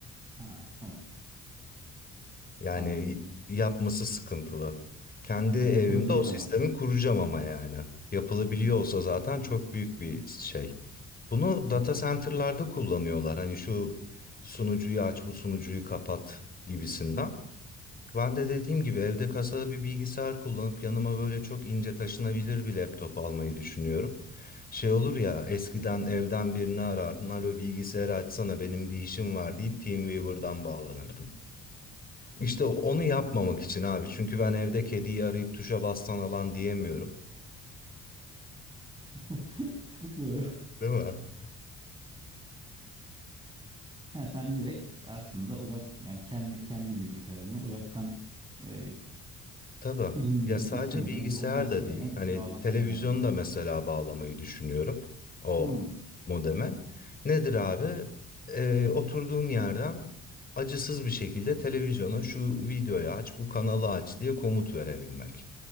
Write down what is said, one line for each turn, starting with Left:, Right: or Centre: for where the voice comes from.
Right: ha tamam
Left: Yani
Right: anladım.
Left: yapması sıkıntılı. Kendi
Right: Ha,
Left: evimde
Right: yapılabilir
Left: o sistemi
Right: ama. <laughs>
Left: kuracağım ama yani. Yapılabiliyor
Right: Hmm.
Left: olsa zaten çok büyük bir şey. Bunu
Right: Evet
Left: data center'larda
Right: açık yine.
Left: kullanıyorlar. Hani şu sunucuyu aç, bu sunucuyu kapat gibisinden. Ben de dediğim gibi evde kasalı bir bilgisayar kullanıp yanıma böyle çok ince taşınabilir bir laptop almayı düşünüyorum. Şey olur ya eskiden evden birini arardın. Alo bilgisayarı açsana benim bir işim var deyip TeamViewer'dan bağlanırdım. İşte onu yapmamak için abi. Çünkü ben evde kediyi arayıp tuşa bastan alan diyemiyorum.
Right: <laughs> Doğru.
Left: Değil mi? <laughs>
Right: Ha, sen direkt aslında uzak yani kendi kendi bilgisayarını uzaktan e,
Left: Tabii.
Right: izinimizin
Left: Ya sadece
Right: istemeden
Left: bilgisayar
Right: bir onayı istemeden
Left: da değil. Hani
Right: bağlanmanın
Left: televizyonu
Right: derdindesin.
Left: da mesela bağlamayı düşünüyorum o
Right: Hmm.
Left: modeme. Nedir abi? Ee, oturduğum yerden acısız bir şekilde televizyona şu videoyu aç, bu kanalı aç diye komut verebilmek.